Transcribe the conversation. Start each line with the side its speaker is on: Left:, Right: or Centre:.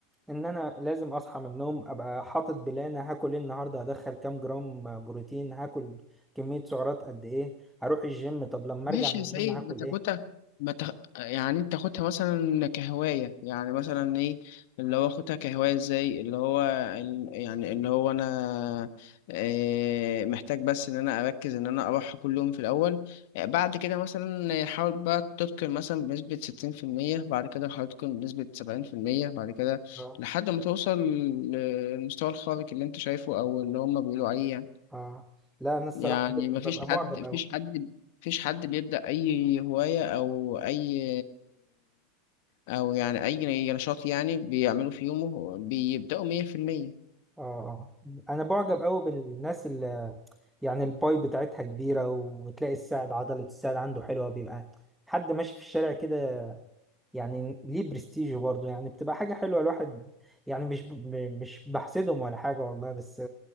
Centre: ان انا لازم اصحى من النوم ابقى حاطط بلان هاكل ايه النهارده هدخل كام جرام بروتين هاكل كميه سعرات قد ايه هروح الجيم طب لما
Left: ماشي
Centre: ارجع من
Left: يا
Centre: الجيم
Left: سيد
Centre: هاكل
Left: بتاخدها
Centre: ايه
Left: بتخ... يعني انت تاخدها مثلا كهواية يعني مثلا ايه اللي هو اخدها كهواية ازاي اللي هو ال- يعني اللي هو انا اه محتاج بس ان انا اركز ان انا اروحها كل يوم في الاول آه، بعد كده مثلا حاول بقى تتقن مثلا بنسبة ستين في المية بعد كده حاول تتقن بنسبة سبعين في المية بعد كده
Centre: اه
Left: لحد ما توصل للمستوى الخارق اللي انت شايفه او اللي هما بيقولوا عليه يعني.
Centre: اه لا انا الصراحه
Left: يعني مفيش
Centre: ببقى معجب
Left: حد مفيش
Centre: قوي
Left: حد مفيش حد بيبدأ أي هواية أو أي أو يعني أي نشاط يعني بيعمله في يومه بيبدأوا مية في المية
Centre: اه آه. انا بعجب قوي بالناس اللي يعني الباي بتاعتها كبيره وتلاقي الساعد عضله الساعد عنده حلوه بيبقى حد ماشي في الشارع كده يعني ليه برستيج برضه يعني بتبقى حاجه حلوه الواحد يعني مش ب... م- مش بحسدهم ولا حاجه والله بس